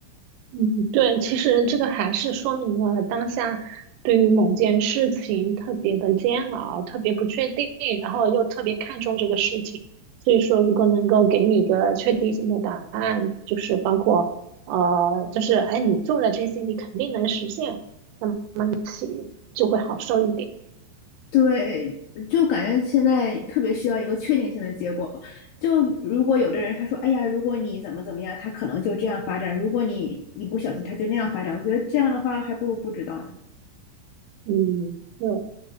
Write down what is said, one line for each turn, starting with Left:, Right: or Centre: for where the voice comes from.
Right: 嗯，对，其实这个还是说明了当下对于某件事情特别的煎熬，特别不确定，然后又特别看重这个事情。所以说，如果能够给你一个确定性的答案，就是包括呃，就是哎，你做了这些，你肯定能实现，那么其就会好受一点。
Left: 对，就感觉现在特别需要一个确定性的结果。就如果有的人他说，哎呀，如果你怎么怎么样，他可能就这样发展；如果你一不小心，他就那样发展。我觉得这样的话，还不如不知道呢。
Right: 嗯，对，